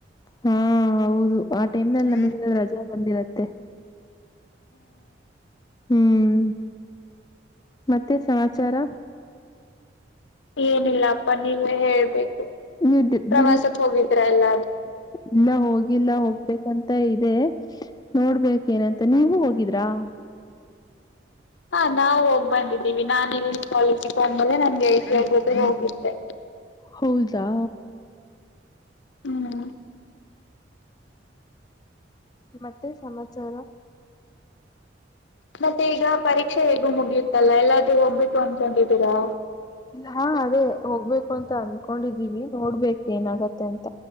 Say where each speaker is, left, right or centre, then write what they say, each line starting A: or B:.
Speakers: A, on the left; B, on the left.
A: ಹಾ ಹೌದು ಆ ಟೈಮ್ ನಲ್ಲಿ
B: ಹ್ಮ್
A: ನಮಗೆ ರಜಾ ಬಂದಿರುತ್ತೆ. ಹ್ಮ್ ಮತ್ತೆ ಸಮಾಚಾರ.
B: ಏನಿಲ್ಲಪ್ಪ ನೀವೇ ಹೇಳ್ಬೇಕು
A: ನೀವು ದಿ-
B: ಪ್ರವಾಸಕ್
A: ದಿನ
B: ಹೋಗಿದ್ರ ಎಲ್ಲ.
A: ಇಲ್ಲ ಹೋಗಿಲ್ಲ ಹೋಗ್ಬೇಕಂತ ಇ ಹ್ಮು ನೋಡ್ಬೇಕು ಏನಂತ ನೀವು ಹೋಗಿದ್ರಾ.
B: ಹಾ ನಾವು ಹೋಗ್ ಬಂದಿದ್ದೀವಿ ನಾನ್ ಇಂಗ್ಲೀಷ್ ಕಾಲೇಜಿಗೆ ಬಂದ್ಮೇಲೆ ನನ್ ಗೆಳತಿಯರ ಜೊತೆ ಹೋಗಿದ್ದೆ.
A: ಹೌದಾ.
B: ಹ್ಮ್
A: ಮತ್ತೆನ್ ಸಮಾಚಾರ.
B: ಮತ್ತೆ ಈಗ ಪರೀಕ್ಷೆ ಹೇಗೂ ಮುಗಿಯುತ್ತಲ್ಲ ಎಲ್ಲಾದ್ರೂ ಹೋಗ್ಬೇಕು ಅನ್ಕೊಂಡಿದ್ದೀರಾ.
A: ಹಾ ಅದೇ ಹೋಗ್ಬೇಕು ಅಂತ ಅನ್ಕೊಂಡಿದೀವಿ ನೋಡ್ಬೇಕು ಏನಾಗುತ್ತೆ ಅಂತ.